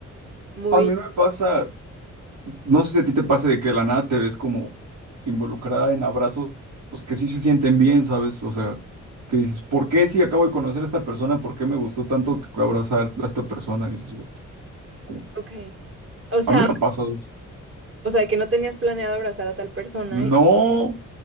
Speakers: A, on the right; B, on the right.
A: muy,
B: A mí me pasa, no sé si a ti te pasa de que de la nada te ves como involucrada en abrazos que sí se sienten bien, ¿sabes? O sea, que dices, ¿por qué si acabo de conocer a esta persona? ¿Por qué me gustó tanto abrazar a esta persona? Y dices, "What the-" como-
A: ok, o sea,
B: a mí me han pasado eso.
A: o sea, que no tenías planeado abrazar a tal persona
B: No.
A: y,